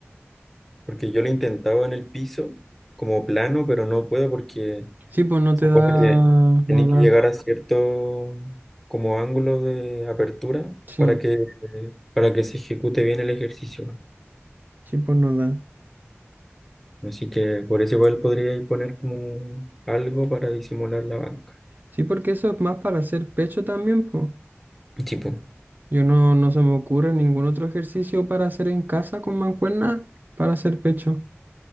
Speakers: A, in the centre; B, on the right.
A: Porque yo lo intentaba en el piso como plano, pero no puedo porque
B: Sí, pues no
A: se
B: te
A: supone
B: da,
A: que
B: no
A: tenéis que llegar
B: da.
A: a cierto como ángulo de apertura
B: Sí,
A: para que, para que se ejecute bien el ejercicio.
B: sí, pues no da.
A: Así que por eso igual podría ir poner como algo para disimular la banca.
B: Sí, porque eso es más para hacer pecho también, pues.
A: Sí, po.
B: Yo no, no se me ocurre ningún otro ejercicio para hacer en casa con mancuerna para hacer pecho.